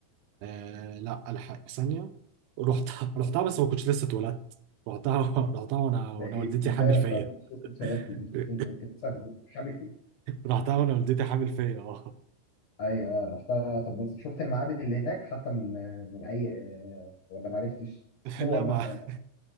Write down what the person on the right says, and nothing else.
آه لا الحق ثانيه رحتها <laughs> رحتها بس ما كنتش لسه اتولدت رحتها رحتها وانا وانا
والدتي
حامل
فيا
<laughs>
رحتها وانا والدتي حامل فيا اه
<laughs> لا
ما <laughs>